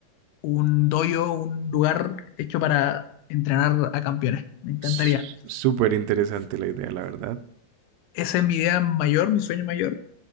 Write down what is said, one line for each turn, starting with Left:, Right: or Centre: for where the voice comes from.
Left: un dojo, un lugar hecho para entrenar a campeones. Me encantaría.
Right: s- Súper interesante la idea, la verdad.
Left: Esa es mi idea mayor, mi sueño mayor.